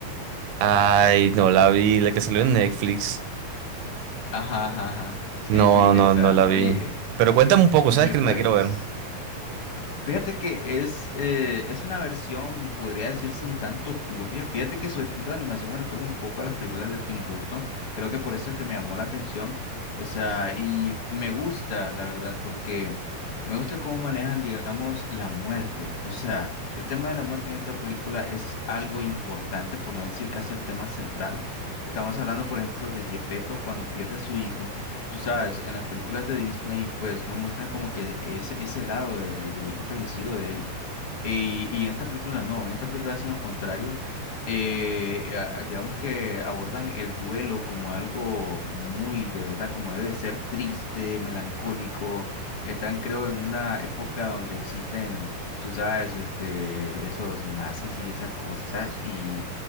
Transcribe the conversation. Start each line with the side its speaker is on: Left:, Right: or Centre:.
Right: Ay, no la vi, la que salió en Netflix.
Left: Ajá, ajá, ajá. Sí,
Right: No,
Left: sí, esa.
Right: no, no la vi.
Left: Oye,
Right: Pero cuéntame un poco,
Left: oye,
Right: ¿sabes que
Left: pues.
Right: me la quiero ver?
Left: Fíjate que es, eh, es una versión, podría decirse, un tanto turbia. Fíjate que su estilo de animación me recuerda un poco a las películas de Tim Burton. Creo que por eso es que me llamó la atención. O sea, y me gusta, la verdad, porque me gusta cómo manejan, digamos, la muerte. O sea, el tema de la muerte en esta película es algo importante, por no decir casi el tema central. Estamos hablando, por ejemplo, de Gepetto cuando pierde a su hijo. Tú sabes, en las películas de Disney, pues no muestran como que ese, ese lado del, del hijo fallecido de él. Y, y en esta película no, en esta película hacen lo contrario. Eh, a- digamos que abordan el duelo como algo muy, de verdad, como debe de ser triste, melancólico. Están, creo, en una época donde existen, tú sabes, este, esos nazis y esas cosas. Y